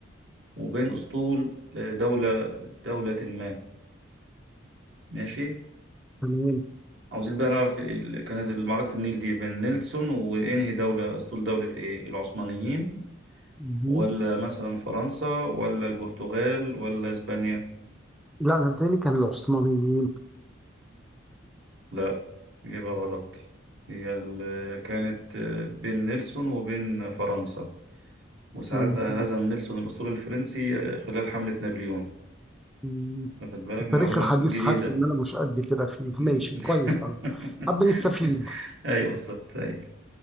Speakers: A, on the right; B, in the centre.
A: وبين اسطول آه، دولة دولة ما ماشي
B: تمام
A: عاوزين بقى نعرف إيه ال- كانت معركة النيل دي بين نيلسون وإنهي دولة أسطول دولة إيه؟ العثمانيين
B: دي
A: ولا مثلا فرنسا ولا البرتغال ولا إسبانيا؟
B: لا انا بتهيألي كان العثمانيين
A: لا إجابة غلط هي ال- كانت آه، بين نيلسون وبين فرنسا وساعتها
B: م-
A: هزم نيلسون الأسطول الفرنسي آه، خلال حملة نابليون
B: م-
A: واخد بالك
B: التاريخ
A: معلومة
B: الحديث
A: جديدة
B: حاسس ان انا مش قد كده فيه
A: <laughs>
B: ماشي كويس طبعا طب نستفيد
A: أيوة بالظبط أيوة